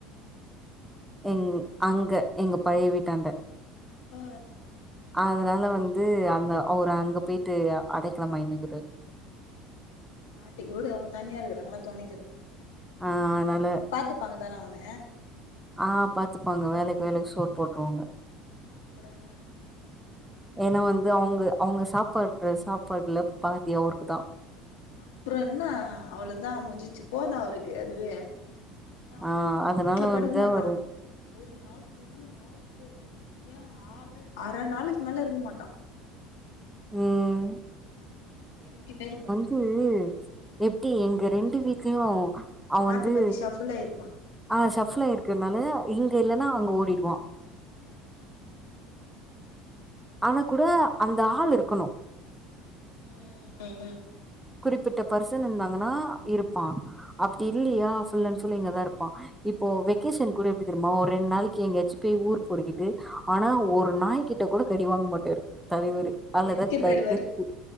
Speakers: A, in the centre; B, on the left.
A: எங் அங்க எங்க பழைய வீட்டாண்ட
B: ஆ
A: அ அதனால வந்து அந்த அவர் அங்க போயிட்டு அடைக்கலம் ஆயின்னு இருக்கறாரு
B: பாட்டி கூட அவங்க தனியா இருக்கறாங்கல்ல துணைக்கு இருப்போ
A: ஆ அதனால
B: அவங்க பாத்து த்து பாங்க தானே உன்ன
A: ஆ பாத்துப்பாங்க வேலைக்கு வேலைக்கு சோரு போட்டுருவாங்க
B: அப்புறோ என்ன
A: ஏன்னா வந்து அவங்க அவங்க சாப்பட்ற சாப்பாடுல பாதி அவருக்கு தா
B: அப்புறோ என்ன அவுளோதா முடிஞ்சிச்சு போது அவருக்கு அதுவே என் அப்பு
A: ஆ அதனால
B: ரோட்ல படுக்க
A: வந்து
B: மாட்டா
A: அவரு
B: ஒருநாள் ஒருநாள் கூட அர நாளுக்கு மேல இருக்க மாட்டா
A: ம்
B: எங்கிட்ட இருந்து
A: ம் ம் எப்டி எங்க ரெண்டு வீட்லயு அவ
B: மாத்தி
A: வந்து
B: மாத்தி ஷஃபுல் ஆயிருப்பா
A: அ சஃப்ல இருக்கறனால இங்க இல்லன்னா அங்க ஓடிடுவா ஆனா கூட அந்த ஆள் இருக்கணு
B: ம் ம் ம் ம்
A: குறிப்பிட்ட பர்சன் இருந்தாங்கன்னா இருப்பா அப்டி இல்லையா ஃபுல்லன் ஃபுல் இங்கதா இருப்பா இப்போ வெகேஷன் கூட எப்டி தெர்மா ஒரு ரெண் நாளைக்கு எங்காச்சு போய் ஊர் பொறிக்கிட்டு ஆனா ஒரு நாய்க்கிட்ட கூட கடி வாங்க மாட்டாரு தலைவரு அதுலதா
B: எஸ்கேப்
A: கா
B: ஆயிடுவாரு
A: கெத்து